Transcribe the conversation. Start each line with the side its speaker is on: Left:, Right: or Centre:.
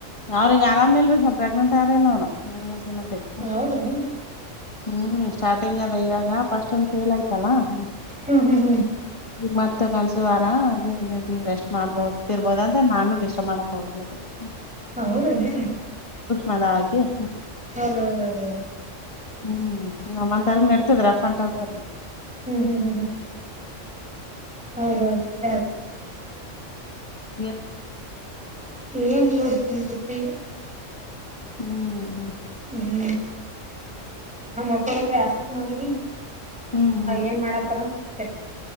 Left: ಅವ್ರಗ್ ಆರಾಮೇಲ್ರ ಸ್ವಲ್ಪ <unintelligible> ಪ್ರೆಗ್ನಂಟ್ ಆರನ್ನೋರ ಸಮಯ <unintelligible>
Centre: ಹೌದ್ರಿ
Left: ಹ್ಮ್ ಸ್ಟಾರ್ಟಿಂಗ್ ಅದ ಇವಾಗ ಪಫಸ್ಟ್ದ ಫೇಲ್ ಆಯ್ತಲ್ಲ ಹ <unintelligible>
Centre: ಹ್ಮ್ ಹ್ಮ್ ಹ್ಮ್ ಹ್ಮ್
Left: ಈ ಮತ್ತ <unintelligible> ಕನ್ಸ ವಾರ ಅದೇ ಮೇ ಬಿ ರೆಸ್ಟ್ ಮಾಡ್ಬೋದು ಇರ್ಬೋದ ಅಂತ ನಾನು ಡಿಸ್ಟರ್ಬ್ ಮಾಡಕ್ ಹೋಗದಿಲ್ಲ ಕಡೆ <unintelligible>
Centre: ಹಾ ಹೌದ್ರೀರಿ <unintelligible>
Left: ಮದ ಹಾಗೆ <unintelligible>
Centre: ಹ್ಮ ಹಾ ಹಾ ಹಾ <unintelligible>
Left: ಹ್ಮ್ ತಾರ ನಡ್ತದ್ರ ಅಪ್ಪಂತಪ್ಪ್ರ <unintelligible>
Centre: ಹ್ಮ್ ಹ್ಮ್ ಹ್ಮ್ ಹ್ಮ್ ಹ್ಮ್ <unintelligible> ಹೌದೌದು <unintelligible>
Left: ಹ <unintelligible>
Centre: ಏನ್ ಗತ್ತಿ. <unintelligible>
Left: ಹ್ಮ್ ಹ್ಮ್
Centre: ಹ್ಮ್. <unintelligible> ನಾ ಮಕ್ಕಳತ್ರ ಜಾಸ್ತಿ ಮಾಡಿನಿ
Left: ಹ್ಮ್ ಹ್ಮ್
Centre: ಏನ್ ಮಾಡತಾರ ಅಂತತರಿ. <unintelligible>